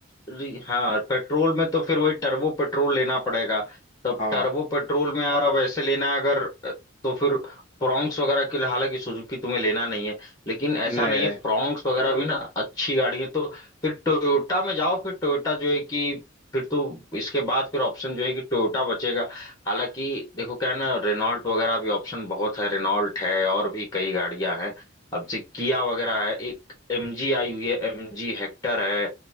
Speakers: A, on the left; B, on the left.
A: री, हाँ पेट्रोल में तो फिर वही टर्बो पेट्रोल लेना पड़ेगा तब
B: हाँ
A: टर्बो पेट्रोल में यार अब ऐसे लेना है अगर अ, तो फिर फ्रॉन्क्स वगैरह के लिए हालांकि सुजुकी तुम्हें लेना नहीं है लेकिन ऐसा
B: नहीं
A: नहीं
B: रहे
A: है फ्रॉन्क्स वगैरह भी ना अच्छी गाड़ी है तो फिर टोयोटा में जाओ फिर टोयोटा जो है कि फिर तो इसके बाद फिर ऑप्शन जो है कि टोयोटा बचेगा हालांकि देखो क्या है ना रेनॉल्ट वगैरह भी ऑप्शन बहुत है रेनॉल्ट है और भी कई गाड़ियां हैं अब से किया वगैरह है एक एमजी आई हुई है एमजी हेक्टर है